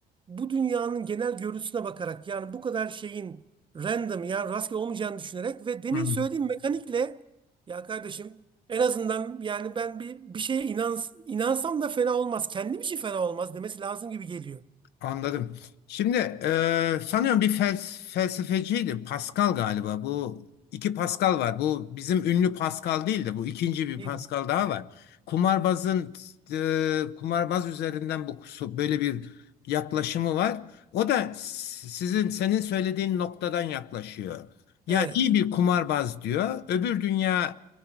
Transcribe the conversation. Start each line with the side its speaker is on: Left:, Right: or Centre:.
Right: bu dünyanın genel görüntüsüne bakarak yani bu kadar şeyin random yani rastgele olmayacağını düşünerek ve demin
Left: Hı hı.
Right: söylediğim mekanikle ya kardeşim en azından yani ben bir bir şeye inans inansam da fena olmaz. Kendim için fena olmaz demesi lazım gibi geliyor.
Left: Anladım. Şimdi e, sanıyorum bir fels- felsefeciydi. Pascal galiba. Bu iki Pascal var. Bu bizim ünlü Pascal değil de bu ikinci bir
Right: Değil
Left: Pascal
Right: mi?
Left: daha var. Kumarbazın e, kumarbaz üzerinden bu böyle bir yaklaşımı var. O da s- sizin senin söylediğin noktadan yaklaşıyor. Yani
Right: Evet.
Left: iyi bir kumarbaz diyor. Öbür dünyanın